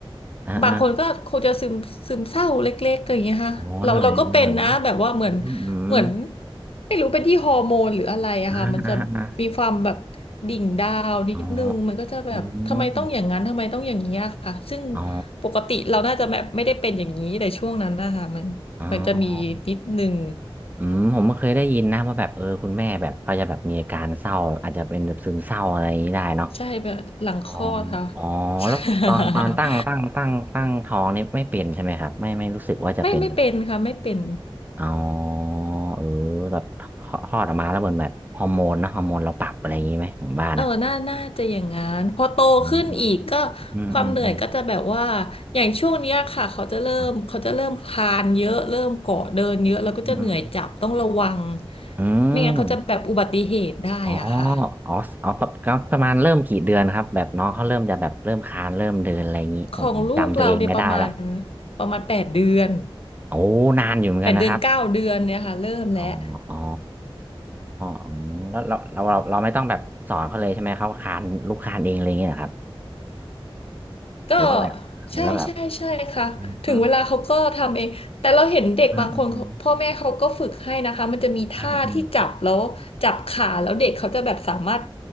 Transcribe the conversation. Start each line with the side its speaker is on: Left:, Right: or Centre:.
Right: อ่าอ่า
Left: บางคนก็คงจะซึมซึมเศร้าเล็กๆอย่างเงี้ยค่ะเราเราก็เป็นนะแบบว่าเหมือน
Right: อ๋อเหนื่อยเหนื่อยเนาะอืมอืม
Left: เหมือนไม่รู้เป็นที่ฮอร์โมนหรืออะไรอะค่ะมันจะมีความแบบ
Right: อ่าอ่าอ่า
Left: ดิ่งดาวนิดนึงมันก็จะแบบทำไมต้องอย่างนั้นทำไมต้องอย่างนี้อะค่ะซึ่ง
Right: อ๋ออ๋ออ๋อ
Left: ปกติเราน่าจะแบบไม่ได้เป็นอย่างนี้แต่ช่วงนั้นนะคะมันมันจะมีนิดนึง
Right: อ๋อ อืมผมก็เคยได้ยินนะว่าแบบเออคุณแม่แบบเขาจะแบบมีอาการเศร้าอาจจะเป็นแบบซึมเศร้าอะไรอย่างนี้ได้เนาะ
Left: ใช่แบบหลังคลอดค่ะ
Right: อ๋ออ๋อแล้วตอนตอนตั้งตั้งตั้งตั้งท้องนี่ไม่เป็นใช่ไหมครับไม่ไม่รู้สึกว่าจะเป็น
Left: <laughs> ไม่ไม่เป็นค่ะไม่เป็น
Right: อ๋อเออแบบคลอดออกมาแล้วเหมือนแบบฮอร์โมนเนอะฮอร์โมนเราปรับอะไรอย่างนี้ไหมผมว่านะ
Left: เออน่าน่าจะอย่างงั้นพอโตขึ้นอีกก็
Right: อืมอืมอืมอืม
Left: ความเหนื่อยก็จะแบบว่าอย่างช่วงเนี้ยค่ะเขาจะเริ่มเขาจะเริ่มคลานเยอะเริ่มเกาะเดินเยอะแล้วก็จะเหนื่อยจับต้องระวัง
Right: ครับอืมอืมอื
Left: ไม่งั้นเขาจะแบบอุบัติเหตุได้อ่ะค่ะ
Right: มอ๋ออ๋ออ๋อประประประมาณเริ่มกี่เดือนครับแบบน้องเขาเริ่มจะแบบเริ่มคลานเริ่มเดินอะไรอย่างนี้ผมจำตัวเองไม่ได้ละ
Left: ของลูกเราเนี่ยประมาณประมาณแปดเดือน
Right: โอ้นานอยู่เหมือนกันนะครับ
Left: แปดเดือนเก้าเดือนเนี่ยค่ะเริ่มแล้ว
Right: อ๋ออ๋ออืมแล้วเราเราเราเราไม่ต้องแบบสอนเขาเลยใช่ไหมเขาคานลูกคานเองอะไรอย่างเงี้ยเหรอครับ
Left: ก็
Right: หรือว่าแบบหรือว่าแบบ
Left: ใช่ใช่ใช่ค่ะถึงเวลาเขาก็ทำเองแต่เราเห็นเด็กบางคนเขาพ่อแม่เขาก็ฝึกให้นะคะมันจะมีท่าที่จับแล้วจับขาแล้วเด็กเขาจะแบบสามารถ
Right: อืมอาอาอ